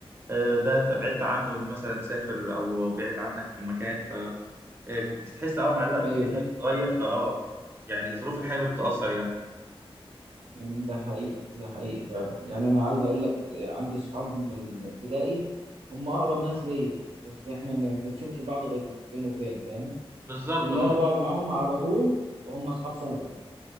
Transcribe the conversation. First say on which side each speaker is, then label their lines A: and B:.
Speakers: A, on the right; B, on the right.
A: آه، ده انت بعدت عنه مثلا سافر او بعد عنك في المكان ف آه، تحس اه مع الوقت
B: ايوه
A: الدنيا بتتغير فاه يعني ظروف الحياه بتتأثر يعني
B: يعني ده حقيقي ده حقيقي فعلا يعني انا عايز اقول لك آه، عندي صحاب من ابتدائي هم اقرب ناس ليا بس احنا ما بنشوفش بعض غير فين وفين فاهم
A: بالظبط
B: اللي
A: اه
B: انا بقعد معاهم على طول هم اصحاب ثانوي